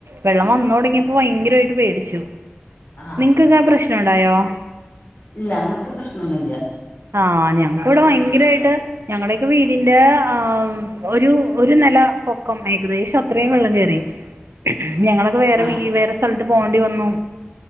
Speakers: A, on the right; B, on the left.
A: വെള്ളം വന്നോടങ്ങിയപ്പോ ഭയങ്കരോയിട്ടു പേടിച്ചു
B: ആഹ്
A: നിങ്ങക്കൊക്കെ ആ പ്രശ്നം ഉണ്ടായോ
B: ഇല്ല അങ്ങനത്തെ പ്രശ്നൊന്നുല്ല
A: ആഹ് ഞങ്ങക്ക് ഇവിടെ ഭയങ്കരായിട്ട് ഞങ്ങടെ വീടിന്റെ ആഹ് ഒരു ഒരു നല പൊക്കം ഏകദേശം അത്രയും വെള്ളം കേറി ഞങ്ങളൊക്കെ വേറെ
B: ആഹ്
A: വീ വേറെ സ്ഥലത്ത് പോണ്ടി വന്നു